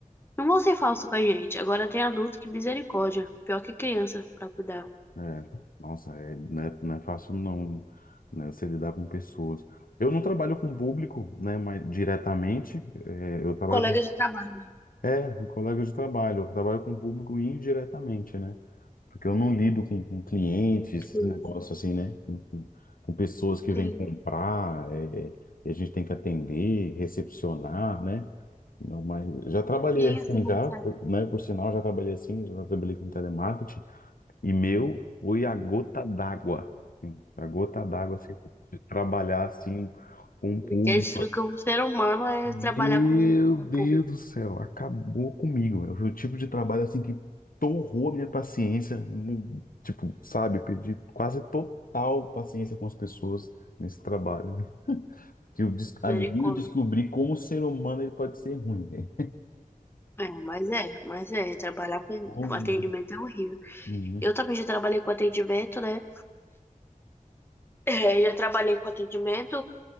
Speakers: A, on the left; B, on the left.
A: Não vão ser falsos com a gente. Agora tem adulto que misericórdia. Pior que criança pra cuidar.
B: É, nossa, é, não é, não é fácil não, né, você lidar com pessoas. Eu não trabalho com público, né, mas diretamente, é, eu trabalho
A: Colega de trabalho.
B: É, um colega de trabalho. Eu trabalho com o público indiretamente, né? Porque eu não lido com, com clientes, esses
A: tudo.
B: negócios assim, né? Com, com- com pessoas que
A: Sim,
B: vêm comprar, é, é, e a gente tem que atender, recepcionar, né? Não, mas já trabalhei
A: sim,
B: assim,
A: assim como
B: já,
A: certo.
B: por- né? Por sinal, já trabalhei assim, já trabalhei com telemarketing. E meu foi a gota d'água, assim, a gota d'água, assim, de trabalhar assim com o público.
A: Que é destruir um ser humano é
B: Meu
A: trabalhar com com
B: Deus
A: o público.
B: do céu, acabou comigo. Eu fui o tipo de trabalho assim que torrou a minha paciência, mu- tipo, sabe, eu perdi quase total paciência com as pessoas nesse trabalho. né? Que eu des- ali
A: Misericórdia.
B: eu descobri como o ser humano ele pode ser ruim, velho.
A: É, mas é, mas é, trabalhar com
B: Como-
A: com atendimento é horrível.
B: Uhum.
A: Eu também já trabalhei com atendimento, né? É, já trabalhei com atendimento